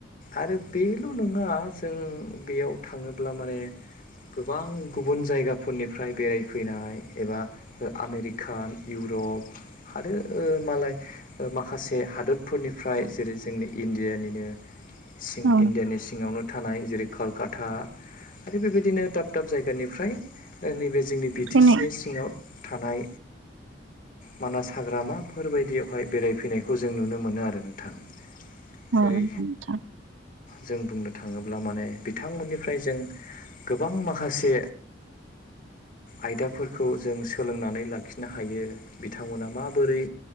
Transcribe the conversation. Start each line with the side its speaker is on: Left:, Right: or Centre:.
Left: आरो बेल' नङा जों बेयाव थाङोब्ला माने गोबां गुबुन जायगाफोरनिफ्राय बेरायफैनाय एबा आमेरिकान इउरप जग आरो मालाय माखासे हादोरफोरनिफ्राय जेरै जोंनि इण्डियानिनो सिं
Right: औ
Left: इण्डियानि सिङावनो थानाय जेरै कलकाता आरो बेबायदिनो दाब दाब जायगानिफ्राय नैबे जोंनि बिटि
Right: फैनाय
Left: सि नि सिङाव थानाय मानास हाग्रामाफोरबायायदियावहाय बेरायफैनायखौ जों नुनो मोनो आरो नोंथां
Right: औ
Left: जेरै
Right: नंगौ नोंथां
Left: जों बुंनो थाङोब्ला माने बिथांमोननिफ्राय जों गोबां माखासे आयदाफोरखौ जों सोलोंनानै लाखिनो हायो बिथांमोना माबोरै